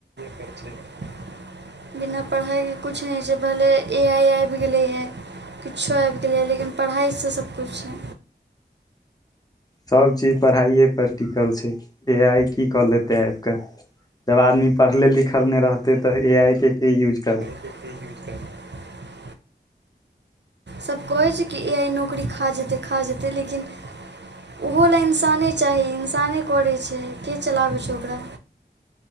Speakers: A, on the right (about 85°); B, on the left (about 20°).
A: <inaudible> बिना पढ़ाई केँ कुछ नै छै भले। ए आइ आएब गेलैए किछो आएब गेलैए लेकिन पढ़ाइसँ सबकुछ छै
B: सबचीज पढ़ाइे पर टिकल छै की ए आई की क लेते आइब के जब आदमी पढ़ले लिख लिखल नय रहतै तऽ ए आइ के के यूज करतै
A: के के यूज करते
B: <inaudible>
A: सभ कहै छै कि ए आइ नौकरी खा जेतै खा जेतै लेकिन ओहो लेलए इंसाने चाही इंसाने करै छै के चलाबै छै ओकरा